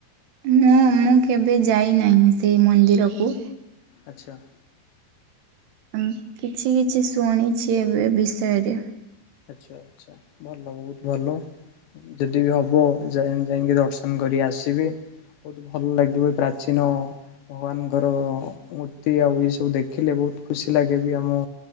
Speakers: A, on the right; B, on the left.
A: ନାଁ ମୁଁ କେବେ ଯାଇନାହିଁ ସେହି ମନ୍ଦିରକୁ।
B: ଆଚ୍ଛା।
A: <unintelligible> କିଛି କିଛି ଶୁଣିଛି ଏବେ ବିଷୟରେ।
B: ଆଚ୍ଛା ଆଚ୍ଛା ଭଲ ବହୁତ ଭଲ। ଯଦିବି ହବ ଯାଇ ଯାଇକି ଦର୍ଶନ କରିଆସିବି। ବହୁତ ଭଲ ଲାଗିବ ପ୍ରାଚୀନ ଭଗବାନଙ୍କର ମୂର୍ତ୍ତି ଆଉ ଏସବୁ ଦେଖିଲେ ବହୁତ ଖୁସିଲାଗେବି ଆମ